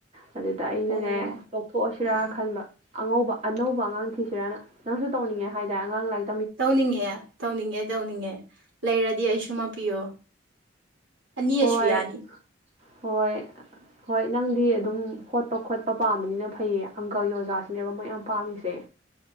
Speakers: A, on the right; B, on the right.
A: ꯑꯗꯨꯗ ꯑꯩꯅꯅꯦ
B: ꯑꯣ
A: ꯇꯣꯛꯊꯣꯛꯑꯁꯤꯔꯥ
B: ꯎꯝ
A: ꯈꯟꯕ ꯑꯉꯧꯕ ꯑꯅꯧꯕ ꯑꯉꯥꯡ ꯊꯤꯁꯤꯔꯥꯅ ꯅꯪꯁꯨ ꯇꯧꯅꯤꯡꯉꯦ ꯍꯥꯏꯔꯦ ꯑꯉꯥꯡ ꯂꯥꯏꯛ
B: ꯇꯧꯅꯤꯡꯉꯦ ꯇꯧꯅꯤꯡꯉꯦ ꯇꯧꯅꯤꯡꯉꯦ ꯂꯩꯔꯗꯤ ꯑꯩꯁꯨ ꯃꯄꯤꯌꯣ ꯑꯅꯤꯁꯨ
A: ꯍꯣꯏ
B: ꯌꯥꯅꯤ
A: ꯍꯣꯏ ꯍꯣꯏ ꯅꯪꯗꯤ ꯑꯗꯨꯝ ꯍꯣꯠꯄ ꯈꯣꯠꯄ ꯄꯥꯝꯕꯅꯤꯅ ꯐꯩꯌꯦ ꯑꯪꯀꯜꯒꯤ ꯑꯣꯖꯥꯁꯤꯅꯦꯕ ꯃꯣꯏ ꯌꯥꯝ ꯄꯥꯝꯃꯤꯁꯦ